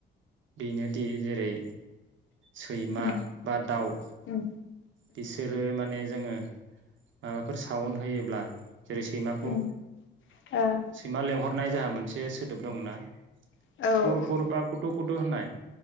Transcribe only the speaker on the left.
उम
उम
उम उम ओ औ
ओं